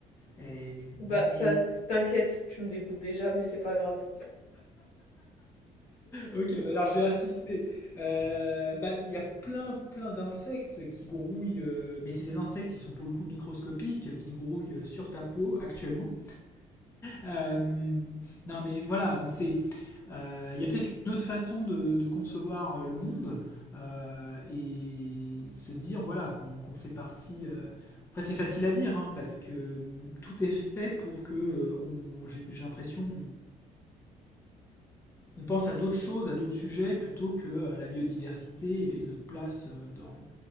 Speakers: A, on the left; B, on the left.
A: et-
B: bah
A: mais
B: ça, c- t'inquiète, tu me dégoûtes déjà, mais c'est pas grave.
A: Ok, bah alors je vais assister. Euh, bah, il y a plein, plein d'insectes qui grouillent, euh, mais c'est des insectes qui sont pour le coup microscopiques, qui grouillent euh, sur ta peau actuellement. Euh, non, mais voilà, donc c'est, euh, il y a peut-être une autre façon de, de concevoir euh, le monde euh, et de se dire voilà qu'on qu'on fait partie. euh, Après, c'est facile à dire hein, parce que hum, tout est fait pour que euh, on, j'ai j'ai l'impression, on pense à d'autres choses, à d'autres sujets, plutôt que euh, la biodiversité et les- notre place euh, dans,